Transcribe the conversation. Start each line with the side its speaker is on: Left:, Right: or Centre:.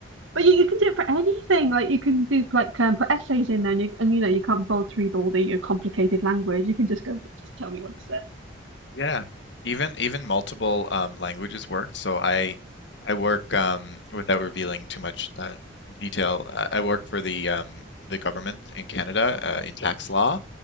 Right: but you, you can do it for anything. Like you can do like um, put essays in there and you and you know you can't bullet through all the your complicated language. You can just go, just tell me what it says.
Left: Yeah, even even multiple um, languages work. So I I work um, without revealing too much uh, detail. I, I work for the um, the government in Canada uh, in tax law,